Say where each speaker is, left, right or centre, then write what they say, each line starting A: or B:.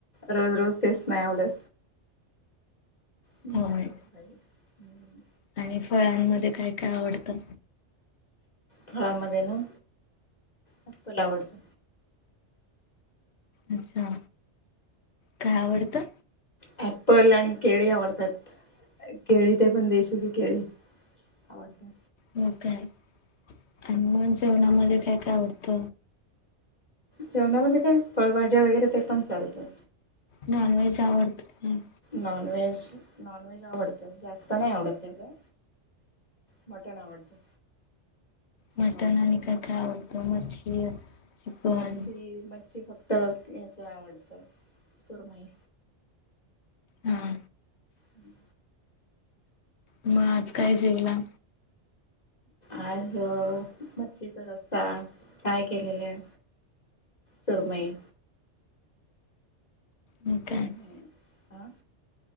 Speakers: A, on the left; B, on the left.
A: रोज रोज तेच नाही आवडत हम्म
B: होय
A: डाळ भात भाजी हम्म
B: आणि फळांमध्ये काय काय आवडतं?
A: फळामध्ये ना आपलं आवडत
B: अच्छा! काय आवडतं?
A: ॲपल आणि केळी आवडतात केळी ते पण देशिची केळी आवडतात
B: हो काय आणि मग जेवणामध्ये काय काय आवडत?
A: जेवणामध्ये काय फळभाज्या वगैरे ते पण चालतय
B: नॉनव्हेज आवडत काय?
A: नॉनव्हेज नॉनव्हेज आवडत. जास्त नाही आवडत तेवढं मटण आवडतं
B: मटण
A: नॉनव्हेज
B: आणि काय काय आवडतं? मच्छी, चिकन
A: मच्छी मच्छी फक्त हेच आवडत सुरमई
B: हा
A: हम्म
B: मग आज काय जेवला?
A: आज अ मच्छीचा रस्सा काय केलेलं आहे? सुरमई.
B: मग
A: सुरमई
B: काय आज
A: हा